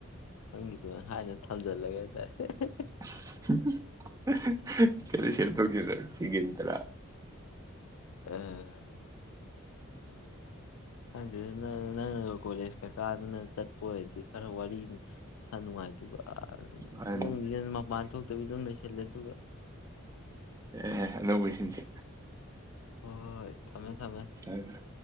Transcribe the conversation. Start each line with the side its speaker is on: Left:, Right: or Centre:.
Left: ꯅꯪꯒꯤꯗꯨ ꯍꯥꯏꯅ ꯊꯝꯖꯜꯂꯒꯅꯦ <unintelligible>
Right: <unintelligible> ꯈꯔ ꯁꯦꯞ ꯇꯧꯁꯤꯜꯂꯦ ꯁꯦꯀꯦꯟ ꯇꯔꯥ
Left: ꯑꯥ ꯈꯪꯗꯦ ꯅꯪꯅ ꯀꯣꯂꯦꯖꯀ ꯀꯩꯗꯥꯅ ꯆꯠꯄꯣꯏꯗꯤ ꯈꯔ ꯋꯥꯔꯤ ꯈꯔ ꯅꯨꯡꯉꯥꯏꯗꯣꯏꯕ
Right: ꯃꯥꯅꯤ
Left: ꯏꯃꯨꯡꯗ ꯃꯄꯥꯟ ꯊꯣꯛꯇꯕꯤ ꯑꯗꯨꯝ ꯂꯩꯁꯤꯜꯂꯦ ꯑꯗꯨꯒ
Right: ꯑꯦ ꯑꯅꯧꯕꯁꯤꯟꯁꯦ
Left: ꯍꯣꯏ ꯍꯣꯏ ꯊꯝꯃꯦ ꯊꯝꯃꯦ
Right: ꯇꯥꯔ꯭ꯕꯥ